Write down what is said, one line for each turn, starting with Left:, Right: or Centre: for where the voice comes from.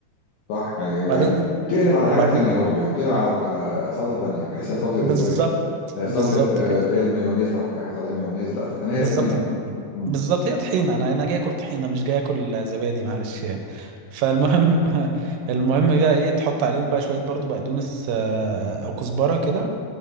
Left: صح يعني
Right: وبعدين
Left: بتقلب على حاجة
Right: وبعدين
Left: تانية برضو يعني بتقلب على على سلطة تانية بحس ان سلطة
Right: بالظبط
Left: زبادي آه، سلطة
Right: بالظبط
Left: آه،
Right: كده
Left: اللي هي المايونيز لو حطيت عليها مايونيز لا في خليها
Right: بالظبط
Left: طحينة بس مم،
Right: بالظبط هي طحينه انا انا جاي اكل طحينه مش جاي اكل زبادي معلش يعني فالمهم <laughs> المهم بقى ايه تحط عليهم بقى شويه برضو بقدونس آه، او كزبره كده